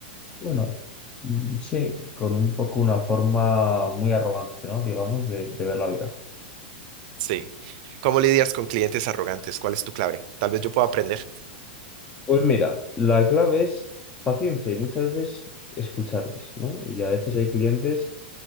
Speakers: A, on the left (about 20°); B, on the right (about 50°).
A: bueno, mm, sí, con un poco una forma muy arrogante, ¿no? Digamos, de, de ver la vida.
B: sí. ¿Cómo lidias con clientes arrogantes? ¿Cuál es tu clave? Tal vez yo pueda aprender.
A: Pues mira, la clave es paciencia y muchas veces escucharles, ¿no? Y a veces hay clientes